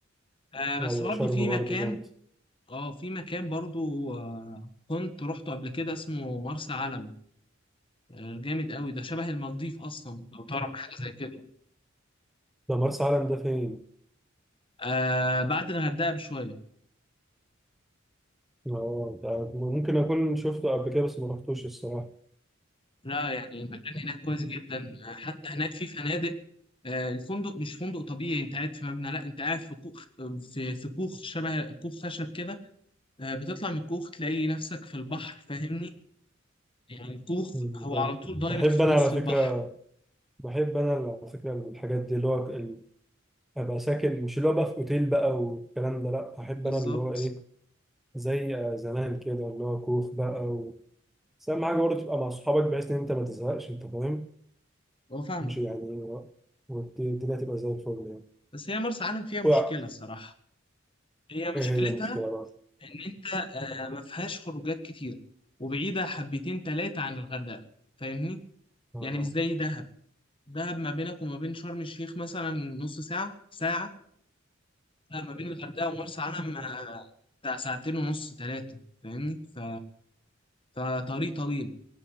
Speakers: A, on the left; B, in the centre.
A: آه
B: ايوه
A: بس برضو
B: شرم
A: في
B: برضه
A: مكان
B: جامد
A: اه في مكان برضو آه كنت روحته قبل كده اسمه مرسى علم آه جامد قوي ده شبه المالديف أصلا لو تعرف حاجة زي كده
B: ده مرسى علم ده فين؟
A: آه بعد الغردقة بشوية
B: اه ده ممكن اكون شفته قبل كده بس ما رحتوش الصراحه
A: لا يعني المكان هناك كويس جدا آه، حتى هناك في فنادق آه الفندق مش فندق طبيعي انت قاعد في مبنى لا انت قاعد في كوخ في في كوخ شبه كوخ خشب كده آه بتطلع من الكوخ تلاقي نفسك في البحر فاهمني يعني الكوخ
B: مم.
A: هو
B: ف-
A: على طول دايركت
B: بحب
A: في
B: انا
A: نص
B: على
A: البحر
B: فكره بحب انا على فكره الحاجات دي اللي هو ال- ابقى ساكن مش اللي هو بقى في اوتيل بقى والكلام ده لا بحب
A: بالظبط
B: انا اللي هو ايه زي آه، زمان كده اللي هو كوخ بقى و... بس اهم حاجه برضه تبقى مع اصحابك بحيث ان انت ما تزهقش انت فاهم؟
A: هو فاهمك
B: مش يعني و- والدنيا تبقى زي الفل يعني
A: بس هي مرسى علم فيها مشكلة
B: وقع.
A: الصراحة هي
B: ايه
A: مشكلتها
B: هي المشكله بقى؟
A: إن أنت آه، ما فيهاش خروجات كتير وبعيدة حبتين تلاتة عن الغردقة فاهمني؟
B: اه
A: يعني مش زي دهب دهب ما بينك وما بين شرم الشيخ مثلا نص ساعة ساعة لا ما بين الغردقة ومرسى علم آه، بتاع ساعتين ونص تلاتة فاهمني؟ ف... فطريق طويل